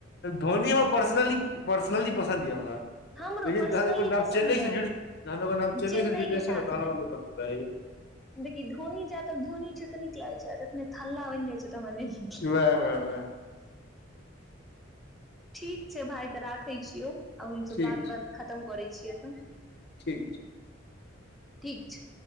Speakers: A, on the left; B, in the centre.
A: धोनी हम पर्सनलि पसंद पसन्द य हमरा
B: हमरो
A: लेकिन
B: पर्सनली
A: जहन ओकर नाम
B: पसन्द
A: चेन्नई
B: यए
A: से जुड़ जहन ओकर नाम
B: चेन्नई
A: से जुड़ जाइ
B: के साथने
A: छै ने तहन हमरा नहि पसन्द रहैया
B: देखि धोनी जा तक धोनी छै तऽ नीक लागैत छै <inaudible> नहि थला बन जाइत छैक तऽ मने <inaudible>
A: वाह वाह वाह
B: ठीक छै भाय तऽ राखय छियौ आब हम
A: ठीक
B: बात
A: छै
B: खतम करैत छी छी एखन
A: ठीक छैक
B: ठीक छै